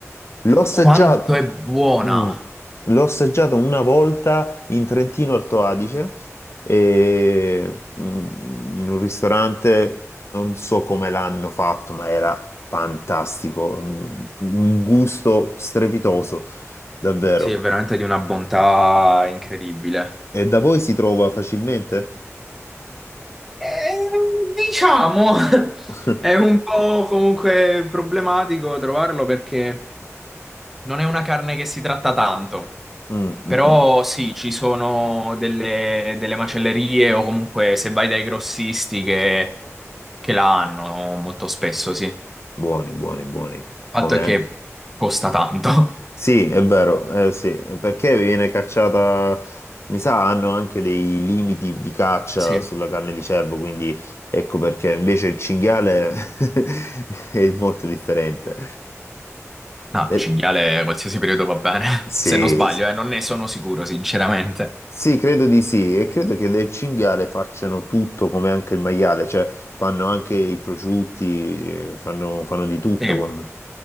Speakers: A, on the left; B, in the centre.
A: L'ho assaggiata,
B: Quanto è buona!
A: mm, l'ho assaggiata una volta in Trentino Alto Adige, e, mm, in un ristorante, non so come l'hanno fatto, ma era fantastico, mm, un gusto strepitoso, davvero.
B: Sì, è veramente di una bontà incredibile.
A: E da voi si trova facilmente?
B: Eh, diciamo, <laughs>
A: <laughs>
B: è un po' comunque problematico trovarlo perché non è una carne che si tratta tanto.
A: Mm, mm,
B: Però
A: mm.
B: sì, ci sono delle, delle macellerie o comunque se vai dai grossisti che, che la hanno molto spesso, sì. Il
A: Buoni, buoni, buoni.
B: fatto
A: Come,
B: è che costa tanto. <laughs>
A: Sì, è vero, eh, sì, perché viene cacciata, mi sa, hanno anche dei limiti di caccia
B: Sì.
A: sulla carne di cervo, quindi ecco perché invece il cinghiale <laughs> è molto differente.
B: No,
A: Eh,
B: cinghiale qualsiasi periodo va bene,
A: sì,
B: <laughs> se non sbaglio, eh, non ne sono sicuro, sinceramente.
A: sì, credo di sì, e credo che del cinghiale facciano tutto come anche il maiale, cioè fanno anche i prosciutti, eh, fanno, fanno di tutto
B: Sì,
A: con...